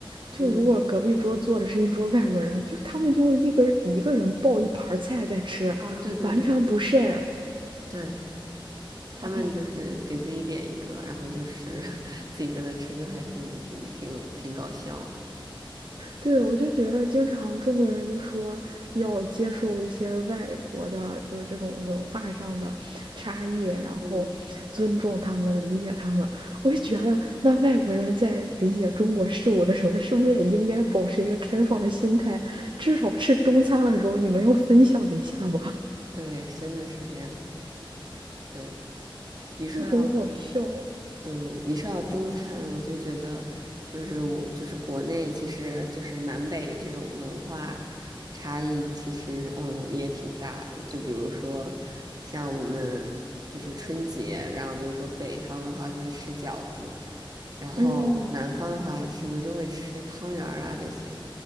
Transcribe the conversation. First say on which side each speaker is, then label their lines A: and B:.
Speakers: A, on the right; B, on the right.
A: 就如果隔壁桌坐的是一桌外国人，
B: 嗯，
A: 就他们就会一个一个人抱一盘菜在吃，
B: 哦，对对对
A: 完全不 share。
B: 对，他们就是给自己点一个，
A: 哦，
B: 然后就是 <laughs> 自己在那吃，就还挺挺挺有挺搞笑的。
A: 对，我就觉得经常中国人就说要接受一些外国的，就是这种文化上的差异，然后尊重他们、
B: 嗯。
A: 理解他们。我就觉得，那外国人在理解中国事物的时候，是不是也应该保持一个开放的心态？至少吃中餐的时候，你们要分享一下吧，
B: 对，真的是这样。对，
A: <laughs>
B: 你说到，
A: 就很好笑。
B: 对，你说到中餐，我就觉得，就是我，就是国内，其实就是南北这种文化差异，其实嗯也挺大的。就比如说，像我们就是春节，然后比如说北方的话会吃饺子，然后南方的话是不是就会吃汤圆儿啊这些？
A: 嗯，